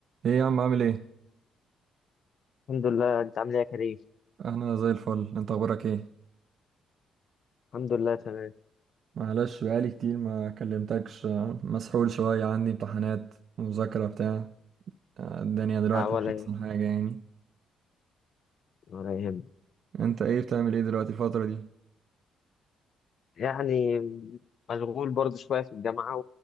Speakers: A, on the right (about 60°); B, on the left (about 55°).
A: ايه يا عم عامل ايه
B: الحمد لله انت عامل ايه يا كريم
A: انا زي الفل انت اخبارك ايه
B: الحمد لله تمام
A: معلش بقالي كتير ما كلمتكش آه، مسحول شوية عندي امتحانات مذاكرة بتاع آه، الدنيا دلوقتي
B: لا ولا
A: مش
B: يهمك
A: احسن حاجة يعني
B: ولا يهمك
A: انت ايه بتعمل ايه دلوقتي الفترة دي
B: يعني مشغول برضه شويه في الجامعه